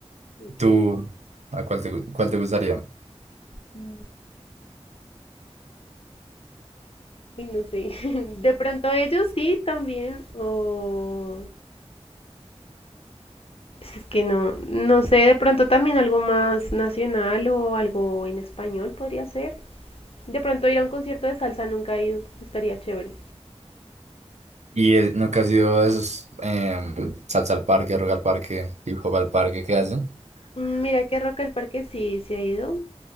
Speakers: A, on the left (about 55°); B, on the right (about 80°).
A: sí,
B: ¿Tú a cuál te, gu- cuál te gustaría?
A: ok. Uy, no sé. <laughs> De pronto ellos sí también. O es que no, no sé, de pronto también algo más nacional o algo en español podría ser. De pronto ir a un concierto de salsa nunca he ido, estaría chévere.
B: ¿Y eh, nunca has ido a esos em, salsa al parque, rock al parque, hip hop al parque que hacen?
A: Mm, Mira que Rock al Parque sí, sí ha ido.